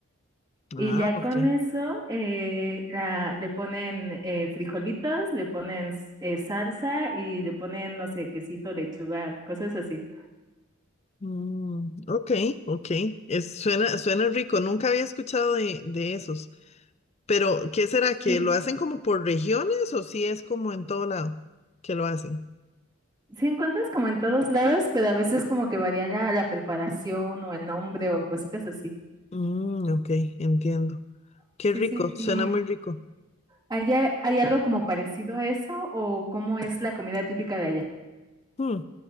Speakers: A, on the right (about 20°); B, on the left (about 30°).
A: Y
B: Ah,
A: ya
B: ok.
A: con eso eh, la, le ponen eh, frijolitos, le ponen eh, salsa y le ponen, no sé, quesito, lechuga, cosas así.
B: Mm, ok, ok. Es, suena, suena rico. Nunca había escuchado de, de esos. Pero, ¿qué será? ¿Que
A: sí
B: lo hacen como por regiones o si es como en todo lado que lo hacen?
A: Sí encuentras como en todos lados, pero a veces como que varía la, la preparación o el nombre o cositas así.
B: Mm, ok, entiendo. Qué
A: Sí,
B: rico,
A: sí.
B: suena
A: ¿Y
B: muy rico.
A: allá hay algo como parecido a eso o cómo es la comida típica de allá?
B: Hmm,